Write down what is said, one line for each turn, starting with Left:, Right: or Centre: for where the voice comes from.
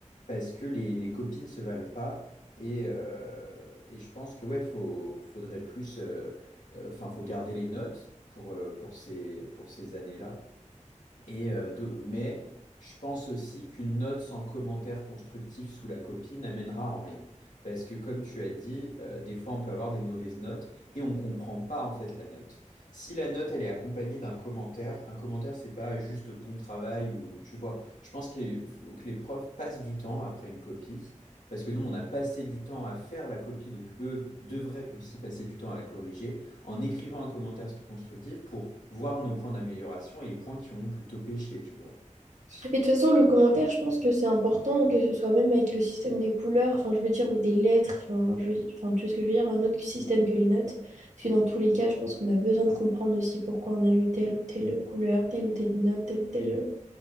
Left: parce que les, les copies ne se valent pas. Et, euh, et je pense que ouais, faut, faudrait plus. euh, Enfin, faut garder les notes pour, euh, pour ces, pour ces années-là. Et, euh, do- mais je pense aussi qu'une note sans commentaire constructif sous la copie n'amènera en rien. Parce que comme tu as dit, euh, des fois on peut avoir des mauvaises notes et on ne comprend pas en fait la note. Si la note elle est accompagnée d'un commentaire, un commentaire c'est pas juste bon travail ou tu vois. Je pense qu'il faut que les profs passent du temps après une copie. Parce que nous, on a passé du temps à faire la copie, donc eux devraient aussi passer du temps à la corriger en écrivant un commentaire constructif pour voir nos points d'amélioration et les points qui ont plutôt péché, tu vois.
Right: Et de toute façon, le commentaire, je pense que c'est important, que ce soit même avec le système des couleurs, enfin, je veux dire, ou des lettres, enfin, je veux- enfin, tu vois ce que je veux dire, un autre système que les notes. Parce que dans tous les cas, je pense qu'on a besoin de comprendre aussi pourquoi on a eu telle ou telle couleur, telle ou telle note, telle ou telle.